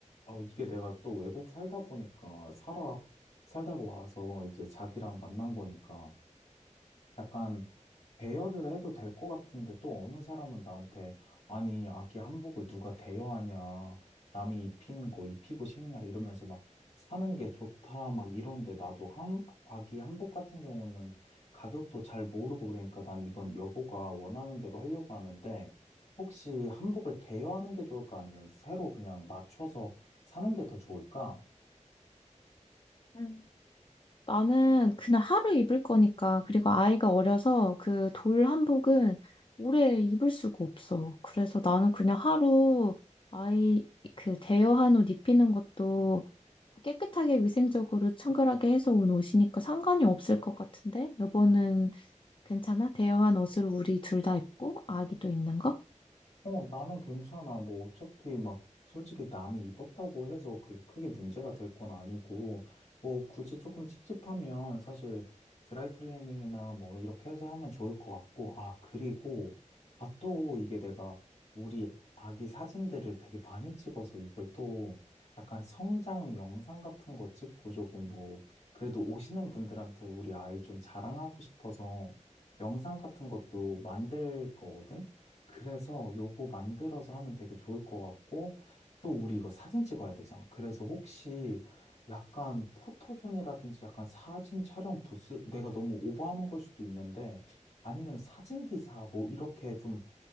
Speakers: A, on the left; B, on the left.
A: 어, 이게 내가 또 외국 살다 보니까, 살아, 살다가 와서 이제 자기랑 만난 거니까, 약간 대여를 해도 될 것 같은데 또 어느 사람은 나한테 아니 아기 한복을 누가 대여하냐 남이 입힌 거 입히고 싶냐 이러면서 막 사는 게 좋다 막 이러는데 나도 한 아기 한복 같은 경우는 가격도 잘 모르고 그러니까 난 이건 여보가 원하는 대로 하려고 하는데 혹시 한복을 대여하는 게 좋을까 아니면 새로 그냥 맞춰서 사는 게 더 좋을까?
B: 음. 나는 그냥 하루 입을 거니까, 그리고 아이가 어려서 그 돌 한복은 오래 입을 수가 없어. 그래서 나는 그냥 하루 아이 그 대여한 옷 입히는 것도 깨끗하게 위생적으로 청결하게 해서 온 옷이니까 상관이 없을 것 같은데? 여보는 괜찮아? 대여한 옷으로 우리 둘 다 입고 아기도 입는 거?
A: 어, 나는 괜찮아. 뭐, 어차피 막, 솔직히 남이 입었다고 해서 그게 크게 문제가 될 건 아니고, 뭐, 굳이 조금 찝찝하면 사실 드라이클리닝이나 뭐, 이렇게 해서 하면 좋을 것 같고, 아, 그리고, 아, 또 이게 내가 우리 아기 사진들을 되게 많이 찍어서 이걸 또 약간 성장 영상 같은 거 찍고 조금 뭐, 그래도 오시는 분들한테 우리 아이 좀 자랑하고 싶어서 영상 같은 것도 만들 거거든? 그래서 요거 만들어서 하면 되게 좋을 것 같고, 또 우리 이거 사진 찍어야 되잖아. 그래서 혹시 약간 포토존이라든지 약간 사진 촬영 부스, 내가 너무 오버하는 걸 수도 있는데, 아니면 사진기사 뭐 이렇게 좀